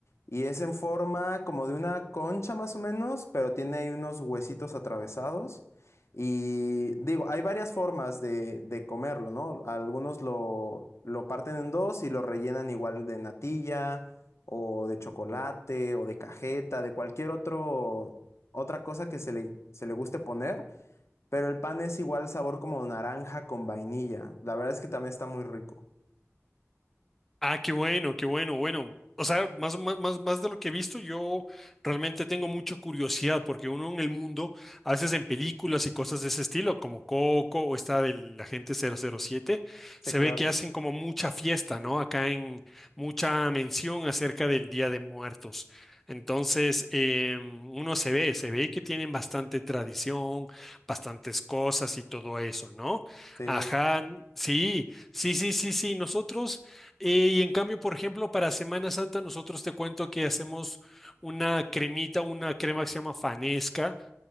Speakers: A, on the left (about 60°); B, in the centre.
A: Y es en forma como de una concha más o menos, pero tiene ahí unos huesitos atravesados. Y digo, hay varias formas de, de comerlo, ¿no? Algunos lo, lo parten en dos y lo rellenan igual de natilla o de chocolate o de cajeta, de cualquier otro, otra cosa que se le, se le guste poner, pero el pan es igual sabor como naranja con vainilla. La verdad es que también está muy rico.
B: Ah, qué bueno, qué bueno, bueno. O sea, más, más, más más de lo que he visto, yo realmente tengo mucha curiosidad porque uno en el mundo, a veces en películas y cosas de ese estilo, como Coco o esta del Agente cero cero siete
A: Sí,
B: se
A: claro.
B: ve que hacen como mucha fiesta, ¿no? Acá en mucha mención acerca del Día de Muertos. Entonces, eh, uno se ve, se ve que tienen bastante tradición, bastantes cosas y todo eso, ¿no?
A: Sí.
B: Ajá, sí, sí, sí, sí, sí, nosotros. Eh, y en cambio, por ejemplo, para Semana Santa nosotros te cuento que hacemos una cremita, una crema que se llama Fanesca.